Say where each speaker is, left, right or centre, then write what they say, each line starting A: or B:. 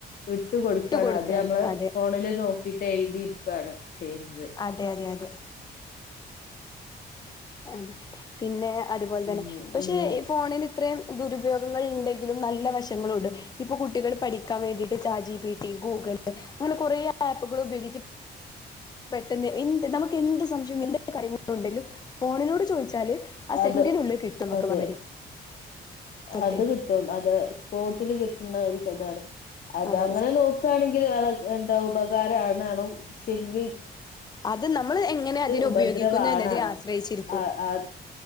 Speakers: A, on the left; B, on the left.
A: വിട്ട് കൊട്ക്കാണ്
B: കൊടുക്കാണ്
A: അത് അമ്മള്
B: അതെ
A: ഫോണില് നോ ക്കീട്ട് എയ്തി ട്ക്കാണ് ചെയ്യ്ന്നത്.
B: അതെ അതെ അതെ അതെ പിന്നെ അത്പോൽതന്നെ
A: ഉം
B: പക്ഷെ
A: ഉം.
B: ഫോണിന് ഇത്രേം ദുരുപയോഗങ്ങൾ ഇണ്ടെങ്കിലും നല്ല വശങ്ങളുണ്ട് ഇപ്പൊ കുട്ടികള് പഠിക്കാൻ വേണ്ടീട്ട് ചാറ്റ് ജീ പീ ട്ടി, ഗൂഗിൾ അങ്ങനെ കൊറേ ആപ്പ്കൾ ഉപയോഗിച്ച് പെട്ടെന്ന് എന്ത് നമുക്ക് എന്ത് സംശയം എന്തൊക്കെ കാര്യങ്ങളും ഉണ്ടെങ്കിലും ഫോണിനോട് ചോയ്ച്ചാല് ആ സെക്കഡിനുള്ളിൽ
A: അത്
B: കിട്ടും നമുക്ക്
A: അതെ
B: മറുപടി അതെ
A: അത് കിട്ടും അതെ സ്പോർട്ടില് കിട്ട്ണ്ണ ഒര് ഇതാണ് അത്
B: അതെ
A: അങ്ങനെ നോ ക്കാണെങ്കില് വള എന്താ ഉപകാരാണേണും സി <unintelligible>
B: അത് നമ്മള് എങ്ങനെ അതിനെ
A: ഉപദ്രവാണാണും
B: ഉപയോഗിക്കുന്നു എന്നതിനെ ആശ്രയിച്ചിരിക്കും
A: ആ ആ